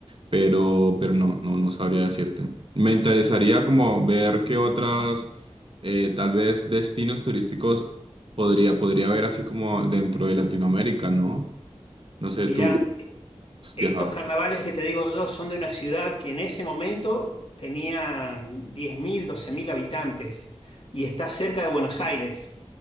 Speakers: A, on the right; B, on the left.
A: pero, pero no, no, no sabría decirte. Me interesaría como ver qué otras, eh, tal vez, destinos turísticos podría, podría haber así como dentro de Latinoamérica, ¿no? No sé,
B: Mirá,
A: tú que
B: e,
A: has
B: estos
A: viajado.
B: carnavales que te digo yo son de una ciudad que en ese momento tenía diez mil, doce mil habitantes y está cerca de Buenos Aires.